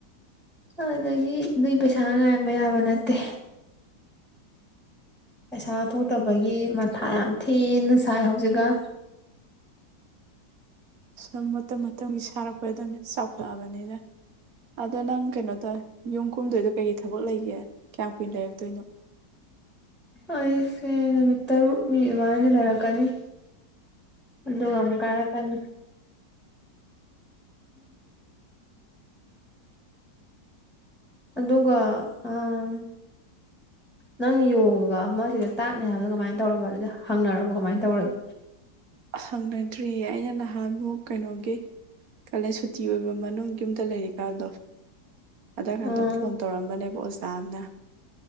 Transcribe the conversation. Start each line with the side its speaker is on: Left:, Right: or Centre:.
Centre: ꯑꯗꯒꯤ ꯑꯗꯨꯏ ꯄꯩꯁꯥ ꯉꯥꯏꯕ ꯌꯥꯕ ꯅꯠꯇꯦ ꯄꯩꯁꯥ ꯊꯣꯛꯇꯕꯒꯤ ꯃꯊꯥ ꯌꯥꯝ ꯊꯤꯅ ꯁꯥꯏ ꯍꯧꯖꯤꯛꯀꯟ
Right: ꯁꯨꯝ ꯃꯇꯝ ꯃꯇꯝꯒꯤ ꯁꯥꯔꯛꯄꯗꯨꯅꯤ ꯆꯥꯎꯈꯠꯂꯕꯅꯤꯅ ꯑꯗꯣ ꯅꯪ ꯀꯩꯅꯣ ꯇꯧꯋ‌ꯦ ꯌꯨꯝ ꯀꯨꯝꯗꯣꯏꯗꯣ ꯀꯩꯀꯩ ꯊꯕꯛ ꯂꯩꯒꯦ ꯀꯌꯥꯝ ꯀꯨꯏꯅ ꯂꯩꯔꯛꯇꯣꯏꯅꯣ
Centre: ꯑꯩꯁꯦ ꯅꯨꯃꯤꯠ ꯇꯔꯨꯛꯅꯤ ꯑꯗꯨꯃꯥꯏꯅꯗꯤ ꯂꯩꯔꯛꯀꯅꯤ ꯑꯗꯨꯒ ꯃꯨꯛ ꯀꯥꯔꯛꯀꯅꯤ <inaudible> ꯑꯗꯨꯒ ꯑꯥ ꯅꯪ ꯌꯣꯒ ꯑꯃ ꯁꯤꯗ ꯇꯥꯛꯅꯤ ꯍꯥꯏꯕꯗ‌ꯣ ꯀꯃꯥꯏꯅ ꯇꯧꯔꯝꯕ ꯍꯪꯅꯔꯕ ꯀꯃꯥꯏꯅ ꯇꯧꯔꯒꯦ
Right: ꯍꯪꯅꯗ꯭ꯔꯤꯌꯦ ꯑꯩꯅ ꯅꯍꯥꯟꯃꯨꯛ ꯀꯩꯅꯣꯒꯤ ꯀꯥꯂꯦꯟ ꯁꯨꯇꯤ ꯑꯣꯏꯕ ꯃꯅꯨꯡ ꯌꯨꯝꯗ ꯂꯩꯔꯤꯀꯥꯟꯗꯣ ꯑꯗꯨꯀꯥꯟꯗ
Centre: ꯎꯝ
Right: ꯐꯣꯟ ꯇꯧꯔꯝꯕꯅꯦꯕ ꯑꯣꯖꯥ ꯑꯝꯅ